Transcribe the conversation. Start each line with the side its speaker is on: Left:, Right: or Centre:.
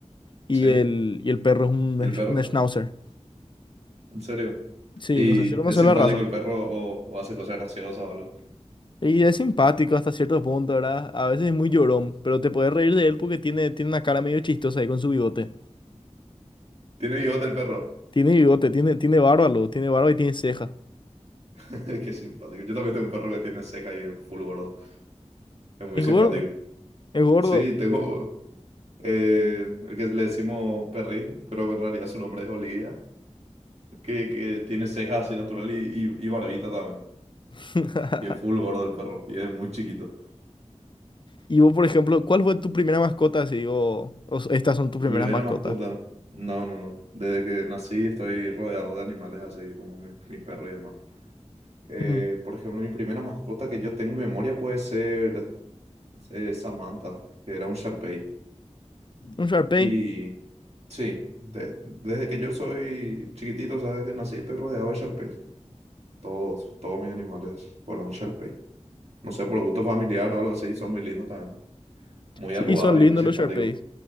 Left: Y
Right: sí.
Left: el, y el perro es un,
Right: ¿Y
Left: sch-
Right: el perro?
Left: un schnauzer.
Right: ¿En serio?
Left: Sí,
Right: ¿Y
Left: no sé si conoces
Right: es simpático
Left: la raza.
Right: el perro o, o hace cosas graciosas o algo?
Left: Y es simpático hasta cierto punto, ¿verdad? A veces es muy llorón, pero te puedes reír de él porque tiene, tiene una cara medio chistosa ahí con su bigote.
Right: Tiene bigote el perro.
Left: Tiene bigote, tiene, tiene barba, luego, tiene barba y tiene ceja.
Right: <laughs> Qué simpático. Yo también tengo un perro que tiene ceja y es full gordo. Es muy
Left: Es
Right: simpático.
Left: gordo, es gordo.
Right: Sí, tengo eh, el que le decimos perrín, pero en realidad su nombre es Olivia, que, que tiene cejas así natural y, y, y barbita también.
Left: <laughs>
Right: Y es full gordo el perro. Y es muy chiquito.
Left: Y vos, por ejemplo, ¿cuál fue tu primera mascota? Si digo, o s- estas son tus primeras
Right: Mi primera
Left: mascotas.
Right: mascota. No, no, no. Desde que nací estoy rodeado de animales así como mi- mis perros y demás. Eh,
Left: Mm,
Right: por ejemplo, mi primera mascota que yo tengo en memoria puede ser eh, Samantha, que era un Sharpei.
Left: Un Sharpei.
Right: Y sí, de- desde que yo soy chiquitito, sabes que nací, estoy rodeado de Sharpeis. Todos, todos mis animales fueron Sharpei. No sé, por gusto familiar o algo así, son muy lindos también. Muy
Left: Sí,
Right: arrugados
Left: son
Right: y
Left: lindos
Right: muy simpáticos.
Left: los Sharpeis.